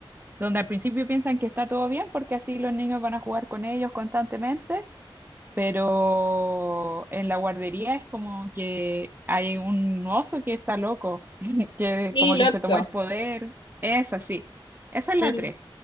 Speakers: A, on the right (about 20°); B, on the left (about 60°).
A: donde al principio piensan que está todo bien porque así los niños van a jugar con ellos constantemente pero en la guardería es como que hay un oso que está loco, <laughs> que
B: Sí,
A: como
B: Lotso.
A: que se tomó el poder. Es así. Esa
B: Sí.
A: es la tres